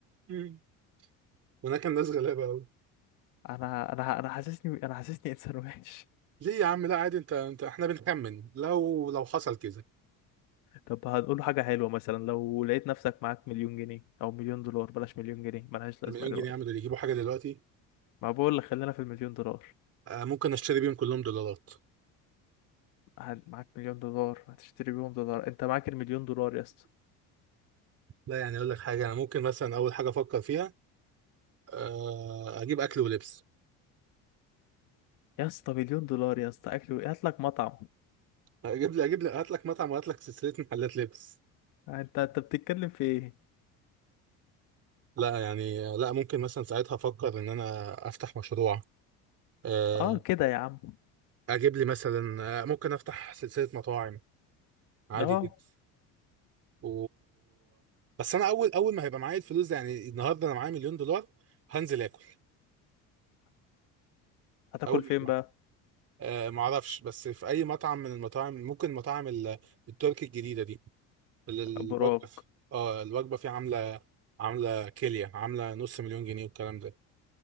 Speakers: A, on the right (about 45°); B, on the left (about 65°).
A: امم هناك الناس غلابة قوي
B: انا انا انا حاسسني انا حاسسني <laughs> انسان وحش
A: ليه يا عم لا عادي انت انت احنا بنخمن لو لو حصل كذا
B: طب هنقول له حاجه حلوه مثلا لو لقيت نفسك معاك مليون جنيه او مليون دولار بلاش مليون جنيه ملهاش
A: المليون
B: لازمه دلوقتي
A: جنيه يعملوا اللي يجيبوا حاجة دلوقتي
B: ما بقول لك خلينا في المليون دولار
A: آه ممكن اشتري بيهم كلهم دولارات
B: هل- معاك مليون دولار هتشتري بيهم دولار انت معاك المليون دولار يا اسطى
A: لا يعني اقول لك حاجة انا ممكن مثلا اول حاجة افكر فيها آه اجيب اكل ولبس
B: يا اسطى مليون دولار يا اسطى اكل و- هات لك مطعم
A: اجيب لي اجيب لي هات لك مطعم وهات لك سلسلة محلات لبس
B: انت انت بتتكلم في ايه
A: لا يعني لا ممكن مثلا ساعتها افكر ان انا افتح مشروع آه،
B: اه كده يا عم
A: اجيب لي مثلا آه، ممكن افتح سلسله مطاعم عادي
B: اه
A: جدا و بس انا اول اول ما هيبقى معايا الفلوس دي، يعني النهارده انا معايا مليون دولار هنزل اكل
B: هتاكل
A: اول
B: فين
A: ما
B: بقى
A: أه ما اعرفش بس في اي مطعم من المطاعم ممكن مطاعم ال- التركي الجديده دي ال- الوجبه
B: ابو راك
A: في- اه الوجبه فيه عامله عامله كيليا عامله نص مليون جنيه والكلام ده